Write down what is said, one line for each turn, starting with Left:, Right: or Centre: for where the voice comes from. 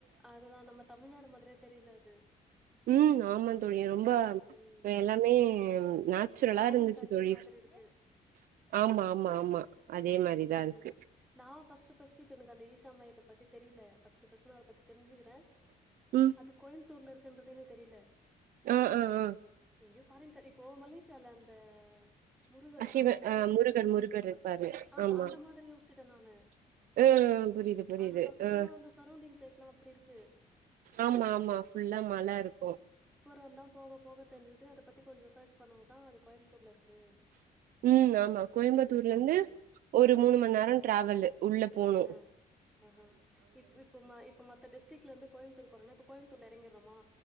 Centre: அதுதா நம்ம தமிழ்நாடு மாதிரியே தெரில அது
Right: ம் ஆமா தோழி
Centre: ம்
Right: ரொம்ப அங்க
Centre: ம்
Right: எல்லாமே நேச்சுரலா
Centre: ஃபாரின்
Right: இருந்துச்சு
Centre: கண்ட்ரி
Right: தோழி
Centre: மாதிரி இருக்கு
Right: ஆமா ஆமா ஆமா அதே மாரிதா
Centre: ம்
Right: இருக்கு
Centre: நா ஃபஸ்ட்டு ஃபஸ்ட்டு இப்ப எனக்கு அந்த ஈஷா மையத்த பத்தி தெரில ஃபஸ்ட்டு ஃபஸ்ட்டு நா அத பத்தி தெரிஞ்சு ட்ட
Right: ம்
Centre: அது கோயம்புத்தூர்ல இருக்குன்றதே எனக் தெரில
Right: ஆ ஆ ஆ
Centre: எங்கயோ ஃபாரின் கன் இப்போ மலேசியால அந்த முருகரா
Right: ஆ சிவ
Centre: முருகர்
Right: ஆ
Centre: டெம்பிள் இருக்குல்ல
Right: முருகர் இருப்பாரு
Centre: ஆ
Right: ஆமா
Centre: அந்த மாதிரி யோசிச்சுட்ட நானு
Right: ம் புரியுது புரியுது
Centre: அதுக்கப்
Right: அ
Centre: ஏன்னா அந்த சரௌண்டிங் பிளேஸ்லா அப்டி இருக்கு
Right: ஆமா ஆமா ஃபுல்லா மல இருக்கு
Centre: அப்பறந்தா போக போக தெரிஞ்சுது அத பத்தி கொஞ்ச சர்ச் பண்ணவுந்தா அது கோயம்புத்தூர்ல இருக்கு
Right: ம் ஆமா கோயம்புத்தூர்ல
Centre: ஆ தெரிஞ்சது.
Right: இருந்து ஒரு
Centre: அ
Right: மூணு மண் நேர ட்ராவலு உள்ள போனு
Centre: அ ஆஹ இப் இப்ப ம இப்ப மத்த டிஸ்ட்ரிக்ல இருந்து கோயுத்தூர்க்கு வரோன்னா இப்ப கோயம்புத்தூர்ல எறங்கிர்றமா